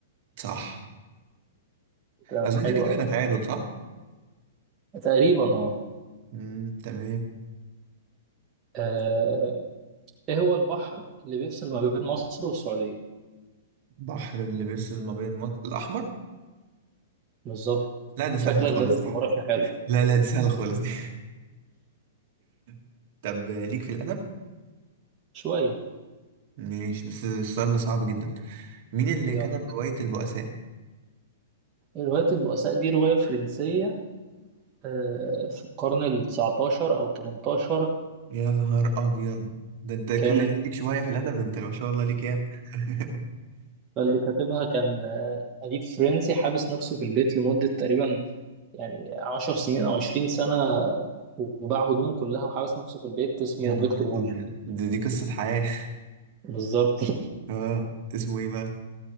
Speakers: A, on the right; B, on the right.
A: صح
B: تمام
A: اظن
B: حلو
A: كده
B: قوي
A: احنا تعادل صح
B: تقريبا اه
A: امم تمام
B: آه، ايه هو البحر اللي بيفصل ما بين مصر والسعوديه
A: بحر اللي بيفصل ما بين مصر الاحمر
B: بالظبط
A: لا ده
B: شكلك
A: سهلة خالص
B: دارس
A: دي
B: جغرافيا حلو
A: لا لا دي سهلة خالص دي <laughs> طب ليك في الادب
B: شويه
A: ماشي بس السؤال ده صعب جدا مين اللي
B: يلا
A: كتب رواية البؤساء؟
B: رواية البؤساء دي رواية فرنسية آه، في القرن ال 19 أو ال 18
A: يا نهار أبيض ده أنت كل
B: كانت
A: ده ليك شوية في الأدب ده أنت ما شاء الله ليك ياما <laughs>
B: اللي كاتبها كان آه، أديب فرنسي حابس نفسه في البيت لمدة تقريبا يعني عشر سنين أو عشرين سنة وباع هدومه كلها وحابس نفسه في البيت اسمه
A: يا نهار
B: فيكتور هوجو
A: أبيض دي, دي قصة حياة <laughs>
B: بالظبط <laughs>
A: اه اسمه إيه بقى؟